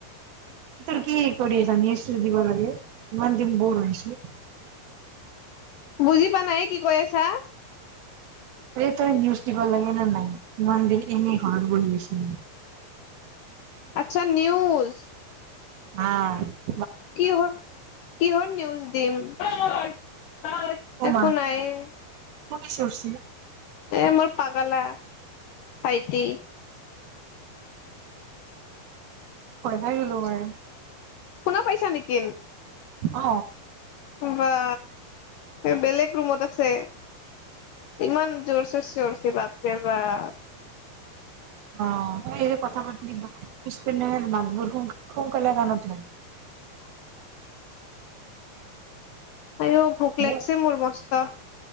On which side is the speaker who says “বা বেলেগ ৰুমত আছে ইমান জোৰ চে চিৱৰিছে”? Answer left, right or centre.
Left